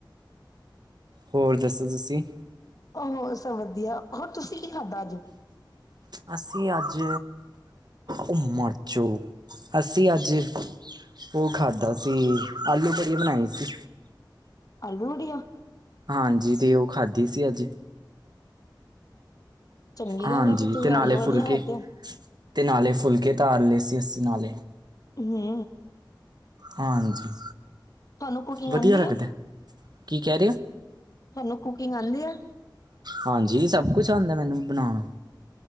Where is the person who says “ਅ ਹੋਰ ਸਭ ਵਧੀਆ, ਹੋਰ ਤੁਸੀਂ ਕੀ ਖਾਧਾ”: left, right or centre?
Left